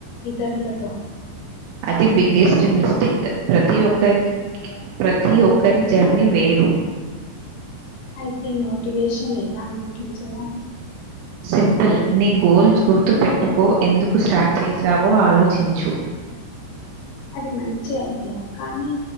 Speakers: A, on the left; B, on the right.
A: ఇతరులతో
B: అది బిగ్గెస్ట్ మిస్టేక్ ప్రతి ఒక్కరి ప్రతీ ఒక్కరి జర్నీ వేరు
A: అయితే మోటివేషన్ ఎలా మెయింటైన్ చేయాలి
B: సింపుల్ నీ గోల్ గుర్తుపెట్టుకో ఎందుకు స్టార్ట్ చేశావో ఆలోచించు
A: అది మంచి ఐడియా కానీ